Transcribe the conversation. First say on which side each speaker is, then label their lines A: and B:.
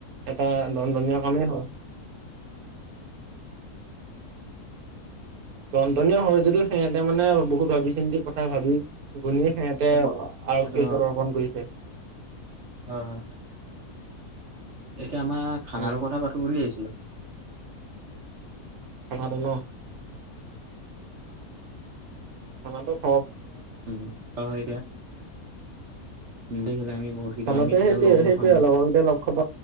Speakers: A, on the right (about 70°); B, on the right (about 55°).
A: এটা দন্দনীয় কামেই হয়। উ <inaudible> দন্তনীয় হয় যদিও সিহঁতে মানে বহুত ভাবি চিন্তি কথা ভাবি গুনী সেহেতে
B: এইটো
A: আৰক্ষীৰ
B: সেইটো
A: ওচৰত অৰ্পণ কৰিছে।
B: অ হ <unintelligible> তে আমাৰ খানাৰো
A: উম
B: কথা পাতো বুলি আহিছিলো
A: খানাটো ন খানাটো খ
B: উম, অ, হয় দিয়া <unintelligible> আমি বহুত কেইটা
A: খানাতো
B: আমি কেইটা
A: সেইটোৱে
B: লগো
A: সেইটোৱে
B: হোৱা নাই
A: লগৰকেইটাই লগ খাব